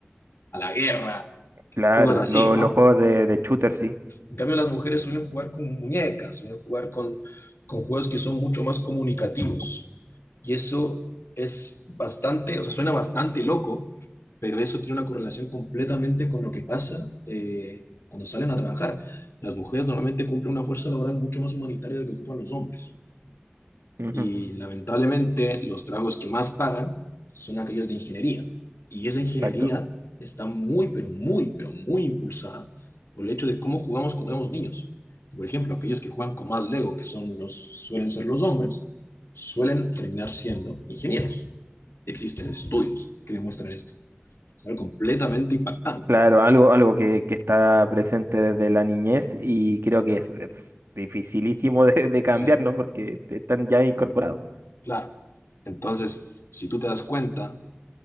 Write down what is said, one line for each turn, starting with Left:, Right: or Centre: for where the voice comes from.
Left: a la guerra,
Right: Claro,
Left: juegos así,
Right: lo-
Left: ¿no?
Right: los juegos de, de shooter sí.
Left: En cambio, las mujeres suelen jugar con muñecas, suelen jugar con, con juegos que son mucho más comunicativos. Y eso es bastante, o sea, suena bastante loco, pero eso tiene una correlación completamente con lo que pasa eh, cuando salen a trabajar. Las mujeres normalmente cumplen una fuerza laboral mucho más humanitaria de lo que ocupan los hombres.
Right: Ujú,
Left: Y lamentablemente los trabajos que más pagan son aquellos de ingeniería. Y esa ingeniería
Right: exacto.
Left: está muy, pero muy, pero muy impulsada por el hecho de cómo jugamos cuando éramos niños. Por ejemplo, aquellos que juegan con más Lego, que son los, suelen ser los hombres, suelen terminar siendo ingenieros. Existen estudios que demuestran esto. Es algo completamente impactante.
Right: Claro, algo, algo que, que está presente desde la niñez y creo que es eh, dificilísimo <laughs> de, de cambiar,
Left: Sí,
Right: ¿no? Porque te están ya incorporados.
Left: claro. Entonces, si tú te das cuenta,